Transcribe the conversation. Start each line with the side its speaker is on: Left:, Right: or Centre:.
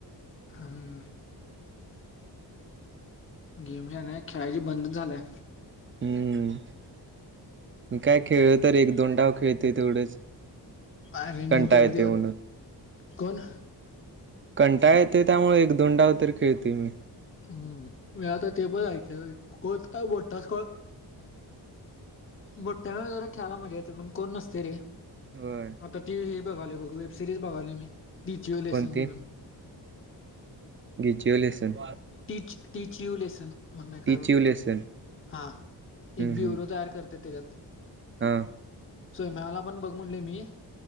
Left: अहम गेम नाही खेळायची बंदच झालंय
Right: हम्म काय खेळलं तर एक दोन टाव खेळतेय तेवढंच
Left: अरे
Right: कंटाळा
Left: मित्रपती
Right: येते म्हणून
Left: कोण
Right: कंटा येते त्यामुळे एक दोन डाव तर खेळते मी
Left: हम्म मी आता ते पण ऐक कोत बटताास मोठ्या वेळ जरा खेळायला मजा येते पण कोण नसते रे
Right: होय
Left: तर ती हे बघाले बघ वेब सिरीज बघाली मी बीचू लेसन
Right: कोणती
Left: म्हणून
Right: घिचीओलेसन
Left: टीच टच यू लेसन म्हण नाही काय
Right: टिचिओ
Left: बघ
Right: लेसन
Left: हा
Right: हम्म
Left: एक ब्युरो
Right: हम्म
Left: तयार करते त्याच्यात
Right: हा
Left: सोम्याला पण बघ म्हणले मी